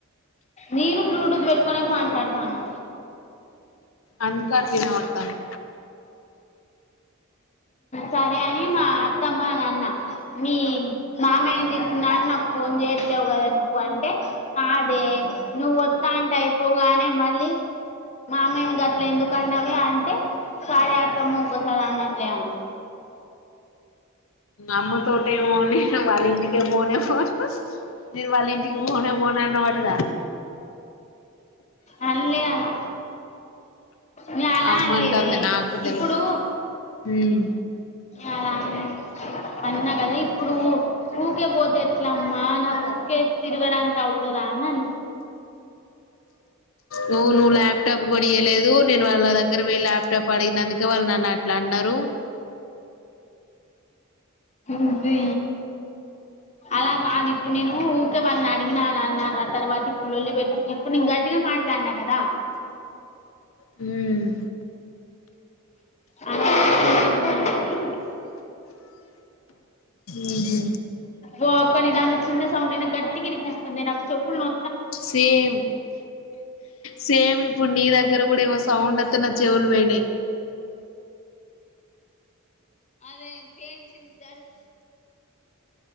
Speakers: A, on the left; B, on the left.
A: నేను బ్లూటూత్ పెట్టుకునే మాట్లాడతానా
B: అందుకే అట్ల వినపడుతాంది
A: సరే అని మా అత్తమ్మ అని అన్న మీ మామయ్యని తిట్టినా నాకు ఫోన్ చేసి ట్టావు కదా నువ్వు అంటే కాదే నువ్వు వత్త అంటే అయిపోగానే మళ్ళీ మామయ్యని గట్ల ఎందుకు అన్నావే అంటే సారీ అత్తమ్మ ఇంకోసారి అననులే అనే
B: అమ్మతోటే పోనీ నేను వాళ్ళింటికి పోనే పోను నేను వాళ్ళ ఇంటికి పోనే పోను అన్నావంటగా
A: అన్లే అలా నే అలా
B: అమ్మ
A: అనలేదే
B: అంటుంది నాకు తెలవదు
A: ఇప్పుడు
B: ఉమ్
A: ఆ రాను అన్నా కదా ఇప్పుడు ఊకే పోతే ఎట్ల అమ్మా నా ఊకే తిరగడానికి అవుతదా అని అన్నా
B: నువువ్వు ల్యాప్టాప్ కొనియ్యలేదు నేను వాళ్ళ దగ్గర పోయి లాప్టాప్ అడిగినందుకే వాళ్ళు నన్ను అట్లా అన్నారు రు
A: నువ్వీ అలా కాదు ఇప్పుడు నేను ఊకే వాళ్ళ అడిగినాన నా తర్వాత ఇప్పుడు లొల్లి పెట్టు కు ఇప్పుడు నేన్ గట్టిగా మాట్లాడినా కదా
B: హ్మ్
A: అన్నది
B: ఉహు
A: ఓ అక్క నీ దాంట్లో చిన్న సౌండ్ అయినా గట్టిగినిపిస్తుంది నాకు చెవులు నో
B: సేమ్ సేమ్ ఇప్పుడు నీ దగ్గర కూడా వస్ సౌండత్తన చెవులు పోయినాయి
A: అదే గేమ్ చినిద్దాల్